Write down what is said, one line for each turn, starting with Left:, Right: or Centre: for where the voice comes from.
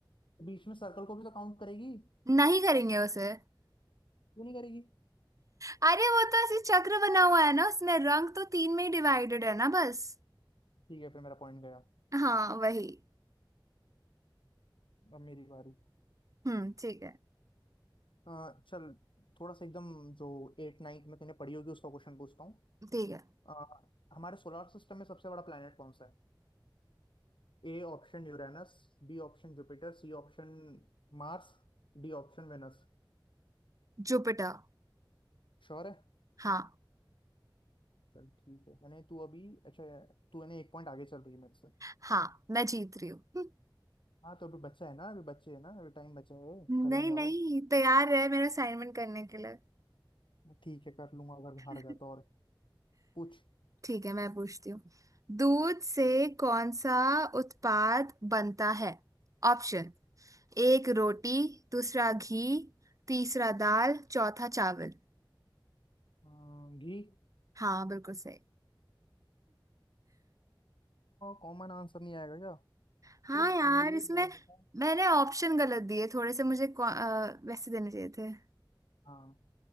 Left: बीच में सर्कल को भी तो काउंट करेगी
Right: नहीं करेंगे उसे
Left: क्यों नहीं करेगी
Right: अरे वो तो ऐसे चक्र बना हुआ है ना उसमें रंग तो तीन में ही डिवाइडेड है ना बस
Left: ठीक है फिर मेरा पॉइंट गया
Right: हाँ वही
Left: अब मेरी बारी
Right: हम्म ठीक है
Left: अ, चल थोड़ा सा एकदम जो एट नाइन्थ में तूने पढ़ी होगी उसका क्वेश्चन पूछता हूँ
Right: ठीक है
Left: अ, हमारे सोलर सिस्टम में सबसे बड़ा प्लेनेट कौन सा है A option Uranus B option Jupiter C option Mars D option Venus
Right: जुपिटर
Left: Sure है
Right: हाँ
Left: चल ठीक है यानी तू अभी अच्छा तू यानी एक पॉइंट आगे चल रही है मेरे से
Right: हाँ मैं जीत रही हूँ
Left: हाँ तो अभी बच्चा है ना अभी बच्चे है ना अभी टाइम बचा है करेंगे
Right: नहीं नहीं
Left: और
Right: तैयार रहे मेरा असाइनमेंट करने के लिए
Left: ठीक है कर लूंगा अगर हार
Right: <laughs>
Left: गया तो और पूछ
Right: ठीक है मैं पूछती हूँ दूध से कौन सा उत्पाद बनता है ऑप्शन एक रोटी दूसरा घी तीसरा दाल चौथा चावल
Left: अम, घी
Right: हाँ बिल्कुल सही
Left: कॉमन आंसर नहीं आएगा क्या
Right: हाँ
Left: चलो
Right: यार
Left: मुझे
Right: इसमें
Left: एक बात बता
Right: मैंने ऑप्शन गलत दिए थोड़े से मुझे कौ- अ, वैसे देने चाहिए थे
Left: हाँ